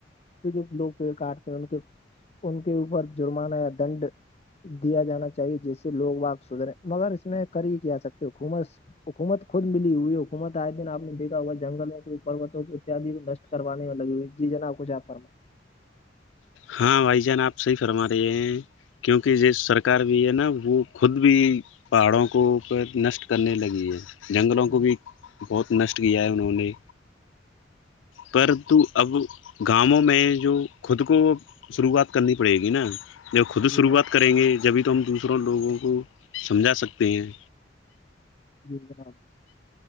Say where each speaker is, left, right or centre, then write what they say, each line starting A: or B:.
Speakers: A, on the left; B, on the left.
A: تو جو لوگ پیڑ کاٹتے ہیں ان کے ان کے اوپر جرمانہ یا دنڈ دیا جانا چاہیے جسے لوگ واپ سدھرے مگر اس میں کری کیا آ سکتے خھومس حکومت خود ملی ہوئی حکومت آئے دن آپ نے دیکا ہوا جنگلوں کو پروتوں کو اتدی نشٹ کروانی لگیئی جی ج ناپ کچھ آپر
B: ہاں بھائی جان آپ صحیح فرما رہے ہیں کیونکہ یہ سرکار بھی ہے نا وہ خود بھی پہاڑوں کو اوپ نشٹ کرنے لگی ہے جنگلوں
A: جی
B: کو بھی بہت نشٹ کیا ہے انہوں نے پرت اب گاؤوں میں جو خود کو شروعات کرنی پڑے گی نا جب خود شروعات
A: جناب
B: کریں گے جبھی تو ہم دوسروں لوگوں کو سمجھا سکتے ہیں
A: جی جناب